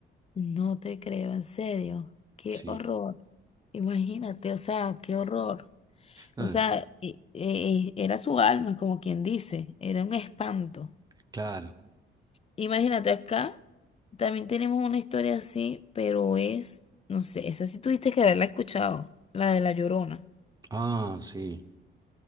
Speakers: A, on the left; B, on the right.
A: No te creo, en serio, qué
B: Sí,
A: horror. Imagínate, o sea, qué horror. O
B: Ah,
A: sea, e- e- e, era su alma, como quien dice, era un espanto.
B: claro.
A: Imagínate acá, también tenemos una historia así, pero es, no sé, esa sí tuviste que haberla escuchado, la de La Llorona.
B: Ah, sí,